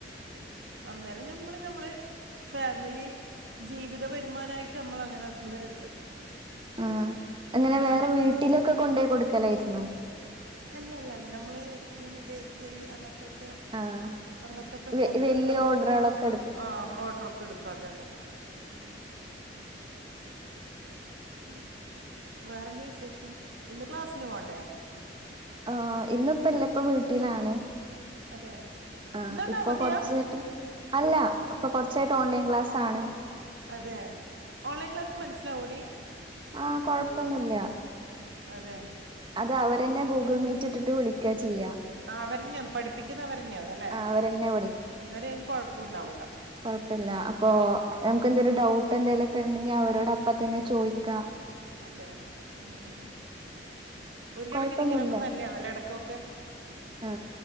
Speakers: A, on the right (about 85°); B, on the right (about 30°).
A: അന്നേരം ഞമ്മള് ഞമ്മള് ഫാമിലി ജീവിത വരുമാനായിട്ട് നമ്മൾ അങ്ങനെ അന്നേരം എടുത്ത്
B: ആഹ് അങ്ങനെ
A: അന്നേരം
B: വേറെ
A: നമുക്ക്
B: വീട്ടിലൊക്കെ കൊണ്ടോയി കൊടുക്കലായിരുന്നോ
A: അല്ല അല്ല അല്ല ഞമ്മള് ഇങ്ങനെ ബേക്കറി അങ്ങനത്തെ ത്തോക്കെ
B: ആഹ്
A: അങ്ങനത്തൊക്കെ
B: വെ
A: പുറത്ത്ന്നില്ല
B: വല്യ ഓർഡറുകളൊക്കെ എടു
A: ആഹ് ഓർഡറൊക്കെ എടുക്കും അതെ അതെ
B: ഉം
A: വേ വേറെ എന്ത വിശേഷം ഇന്ന് ക്ലാസിന് പോകണ്ടേ
B: ആഹ് ഇന്നിപ്പല്ല ഇപ്പ വീട്ടിലാണ്
A: അതെ
B: ആഹ്
A: ഇന്നവിടെ
B: ഇപ്പൊ
A: അവധിയാ
B: കൊറച്ചായിട്ട് അല്ല ഇപ്പൊ കൊറച്ചായിട്ട് ഓൺലൈൻ ക്ലാസ്സ് ആണ്
A: അതെ ഓൺലൈൻ ക്ലാസ്സ് മനസ്സിലാവോടി
B: ആഹ് കൊഴപ്പൊന്നുല്ല
A: അതെ
B: അത് അവരെന്നെ ഗൂഗിൾ മീറ്റ് ഇട്ടിട്ട് വിളിക്ക ചെയ്യാ
A: ആ ഹ് അവര് തന്നെയാന്ന് പഠിപ്പിക്കുന്ന അവരെന്നെയാണ് അല്ലേ
B: ആ അവരെന്നെ
A: അന്നേരം അയ്നു കൊഴപ്പണ്ടാവൂല
B: കുഴപ്പല്ല അപ്പൊ നമുക്ക് എന്തങ്കിലും ഡൗട്ട് എന്തെലുക്കെ ഉണ്ടെങ്കിൽ അവരോട് അപ്പ തന്നെ ചോയ്ക്കാം
A: അതെ ഉം ഉം ഒരു
B: കൊഴപ്പൊന്നുല്ല
A: കണക്കിന് ഇങ്ങനെയൊക്കെ നല്ലേ ആണ് ഇടക്കൊക്കെ
B: ആ